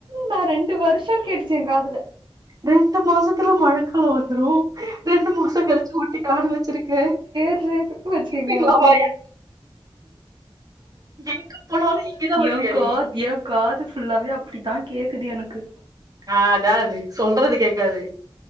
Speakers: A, on the right; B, on the right.
A: நா ரெண்டு வருஷோன்னு கேட்டுச்சு ஏ காதுல
B: ரெண்டு மாசத்துல மழக்காலோ வந்துரும் ரெண்டு மாசோ கழிச்சு ஒட்டிக்களான்னு வச்சிருக்கே
A: நைட்டு பூ வச்சிங்க
B: கேப்பீங்களாவா
A: வச்சிங்க
B: எங்க போனாலு இங்கதா
A: ஏ
B: வருவியாடி
A: கா ஏ காது ஃபுல்லாவே அப்டிதா கேக்குது எனுக்கு
B: காதா அது சொல்றது கேக்காது